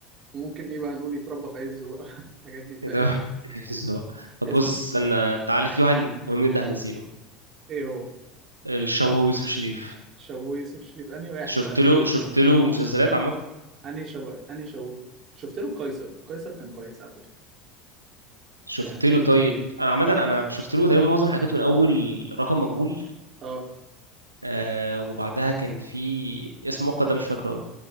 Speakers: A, on the right; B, on the right.
A: وممكن ايه بقى نقول يتربى في عزه بقى <laughs> الحاجات دي فاهم
B: إيه ده؟ <laughs> بالظبط. طب
A: اسم
B: بص استنى تعالى في واحد مهم جدا احنا نسينه
A: ايه هو
B: الشابو يوسف شريف
A: شوي يوسف شريف انهي واحد
B: شفت
A: بقى
B: له شفت له مسلسلات عامة
A: انهي شوي انهي شوي شفت له قيصر قيصر كان كويس على فكره
B: شفت
A: يعني
B: له طيب انا عامة انا شفت له تقريبا معظم حاجاته من اول رقم مجهول
A: اه
B: آه وبعدها كان في اسم مؤقت ده مش فاكره قوي